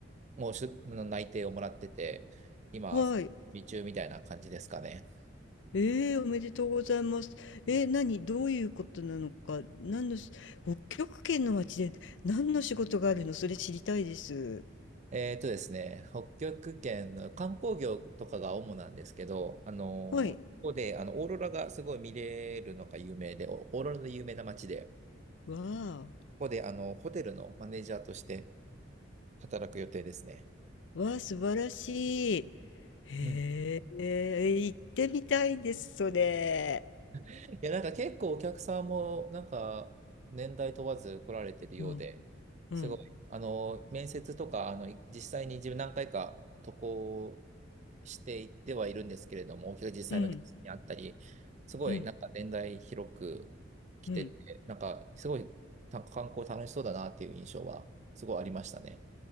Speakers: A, on the right; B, on the left.
A: もうしゅ内定をもらってて、今、
B: はい。
A: 準備中みたいな感じですかね。
B: えー、おめでとうございます。えー、
A: うん
B: 何、どういうことなのか、何のし、北極圏の街で何の仕事があるの、それ知りたいです。
A: えーとですね、北極圏の観光業とかが主なんですけど、あの、
B: はい。
A: ここで、あの、オーロラがすごい見れるのが有名で、オオーロラで有名な街で、
B: わあ。
A: ここで、あの、ホテルのマネージャーとして働く予定ですね。
B: わあ、素晴らしい。へえ、
A: うん。
B: 行ってみたいです、それ。
A: いや、なんか結構お客さんも、なんか、年代問わず来られてるようで、
B: うん、うん、
A: すごい、あの、面接とか、あの、実際に自分何回か渡航していってはいるんですけれども、お客実際のお客さんに会ったり、
B: うん、
A: すごい、
B: うん、
A: なんか年代広く来てて、
B: うん。
A: なんか、すごい、た観光楽しそうだなっていう印象は、すごいありましたね。